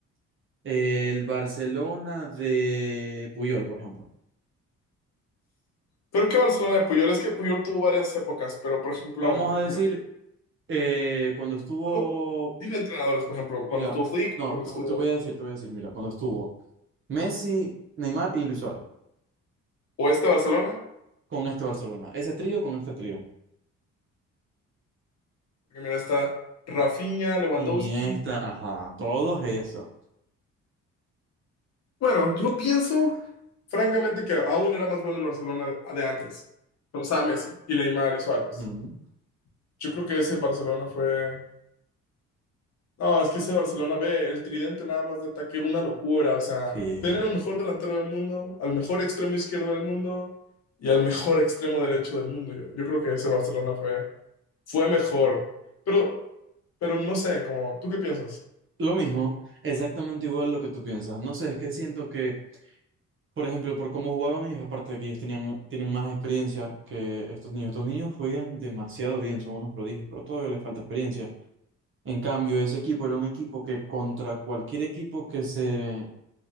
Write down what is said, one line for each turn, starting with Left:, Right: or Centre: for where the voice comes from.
Right: El Barcelona de Puyol, por ejemplo.
Left: Pero que Barcelona de Puyol, es que Puyol tuvo varias épocas, pero por ejemplo,
Right: Vamos
Left: me
Right: a decir, eh, cuando estuvo,
Left: acuerdo Dime entrenadores, por ejemplo, cuando
Right: mira,
Left: estuvo Flick,
Right: no,
Left: cuando
Right: te,
Left: estuvo
Right: te voy a decir, te voy a decir, mira, cuando estuvo Messi, Neymar y Luis Suárez.
Left: o este Barcelona,
Right: con este Barcelona, ese trío con este trío.
Left: porque mira, está Rafinha, Lewandowski.
Right: Iniesta, ajá, todos esos.
Left: Bueno, yo pienso, francamente, que aún era más bueno el Barcelona de, de antes, cuando estaba Messi y Neymar y Suárez.
Right: Ujú,
Left: Yo creo que ese Barcelona fue... No, es que ese Barcelona, ve, el tridente nada más de ataque, era una locura, o sea,
Right: Sí.
Left: tener al mejor delantero del mundo, al mejor extremo izquierdo del mundo y al mejor extremo derecho del mundo. Yo, yo creo que ese Barcelona fue fue mejor. Pero, pero no sé, como, ¿tú qué piensas?
Right: Lo mismo, exactamente igual lo que tú piensas. No sé, es que siento que, por ejemplo, por cómo jugaban ellos, aparte de que ellos tenían, mu- tienen más experiencia que estos niños. Estos niños juegan demasiado bien, son unos prodigios, pero todavía les falta experiencia. En cambio, ese equipo era un equipo que contra cualquier equipo que se